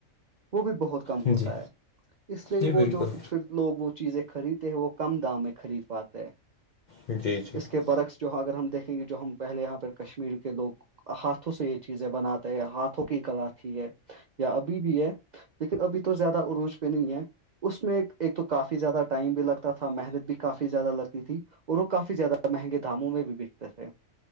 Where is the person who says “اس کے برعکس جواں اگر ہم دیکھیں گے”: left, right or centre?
Right